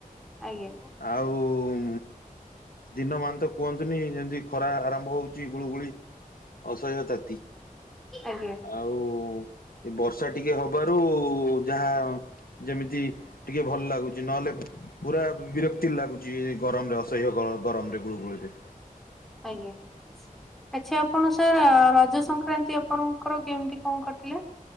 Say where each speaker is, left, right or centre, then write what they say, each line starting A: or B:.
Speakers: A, in the centre; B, on the left (about 85°).
A: ଆଜ୍ଞା
B: <inaudible> ଆଉ ହିଁ ଦିନ ମାନ୍ ତ କୁହନ୍ତୁନି ଯେମିତି ଖରା ଆରମ୍ଭ ହୋଉ ଚି ଗୁଳଗୁଳି। କଷୟ ତାତି।
A: ଆଜ୍ଞା
B: ଆଉ ଏ ବର୍ଷା ଟିକେ ହବାରୁ ଯାହା ଯେମିତି ଟିକେ ଭଲ ଲାଗୁଛି। ନହେଲେ ପୁରା ବିରକ୍ତି ଲାଗୁଛି। ଏଇ ଗରମ ରେ ଅସହ୍ୟ ଗରମରେ ଗୁଳୁ ଗୁଳିରେ।
A: ଆଜ୍ଞା ଆଛା ଆପଣ ସାର୍ ରଜ ସଂକ୍ରାନ୍ତି ଆପଣଙ୍କର କେମତି କଣ କଟିଲା?